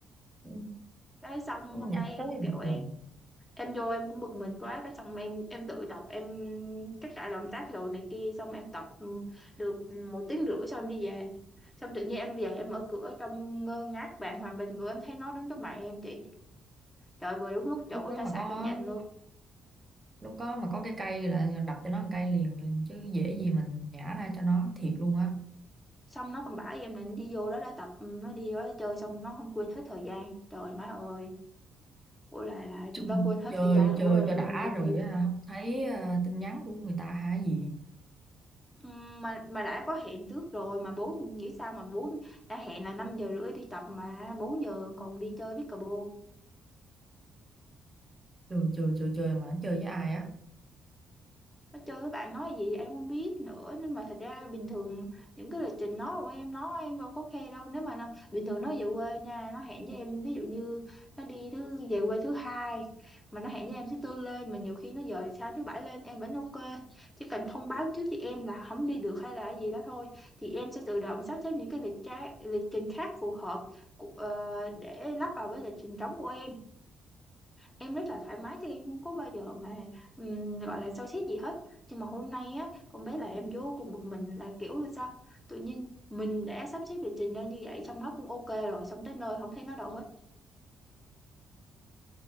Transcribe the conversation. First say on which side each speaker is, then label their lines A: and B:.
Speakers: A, on the right (about 25°); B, on the left (about 15°).
A: Ừ,
B: đấy xong hôm
A: nhặt
B: nay em
A: tới
B: kiểu
A: bực
B: em
A: mình
B: em vô em cũng bực mình quá cái xong em em tự tập em các cả động tác rồi này kia xong em tập ừ, được một tiếng rưỡi xong em đi về xong tự nhiên em về em mở cửa trong ngơ ngác bàng hoàng bình ngựa em thấy nó đứng trước mặt em chị trời vừa đúng lúc chỗ
A: lúc đó
B: ta
A: mà
B: xả
A: con
B: cơn giận luôn
A: lúc có mà có cái cây là đập cho nó một cây liền chứ dễ gì mình nhả ra cho nó thiệt luôn á
B: xong nó còn bảo em là nó đi vô đó đã tập ừ, nó đi vô đó chơi xong nó không quên hết thời gian trời má ơi ủa là, là
A: chung
B: đâu quên hết
A: chơi
B: thời gian
A: chơi
B: ủa rồi
A: cho
B: mình,
A: đã rồi
B: mình
A: á, không thấy à, tin nhắn của người ta hả gì
B: Ừm, mà mà đã có hẹn trước rồi mà bố nghĩ sao mà bố đã hẹn là 5 giờ rưỡi đi tập mà 4 giờ còn đi chơi pickleball
A: chơi chơi chơi chơi mà nó chơi với ai á
B: nó chơi với bạn nói gì em không biết nữa nhưng mà thật ra bình thường những cái lịch trình nó của em nó em đâu có khe đâu nếu mà nó, bình thường nó về quê nha nó hẹn với em ví dụ như nó đi thứ về quê thứ hai mà nó hẹn với em thứ tư lên mà nhiều khi nó dời sang thứ bảy lên em vẫn ok chỉ cần thông báo trước với em là không đi được hay là cái gì đó thôi thì em sẽ tự động sắp xếp những cái lịch tra, lịch trình khác phù hợp của- ờ, để lắp vào cái lịch trình trống của em em rất là thoải mái chứ em không có bao giờ mà ừm, gọi là soi xét gì hết nhưng mà hôm nay á con bé là em vô cùng bực mình là kiểu là sao tự nhiên mình đã sắp xếp lịch trình ra như vậy xong nó cũng ok rồi xong tới nơi không thấy nó đâu hết